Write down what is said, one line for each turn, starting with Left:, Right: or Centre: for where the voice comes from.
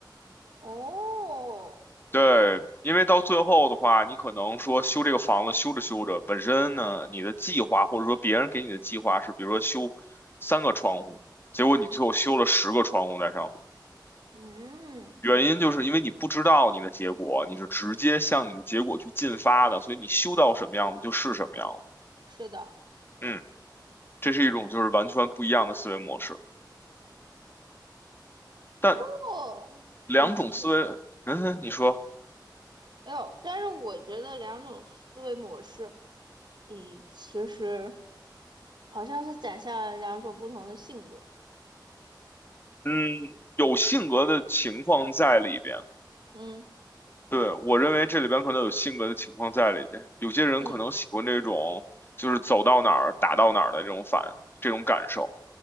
Right: 哦，
Left: 对，因为到最后的话，你可能说修这个房子，修着修着，本身呢，你的计划或者说别人给你的计划是，比如说修三个窗户，结果你最后修了十个窗户在上面，
Right: 嗯嗯，
Left: 原因就是因为你不知道你的结果，你是直接向你的结果去进发的，所以你修到什么样子就是什么样子。
Right: 是的，
Left: 嗯，这是一种就是完全不一样的思维模式，但
Right: 哦，
Left: 两种思维，
Right: 你继续，
Left: 嗯，你说，
Right: 哎呦但是我觉得两种思维模式，你其实。好像是展现了两种不同的性格。
Left: 嗯，有性格的情况在里边。
Right: 嗯
Left: 对，我认为这里边可能有性格的情况在里边，有些人可能喜欢这种就是走到哪儿打到哪儿的这种反这种感受。
Right: 嗯，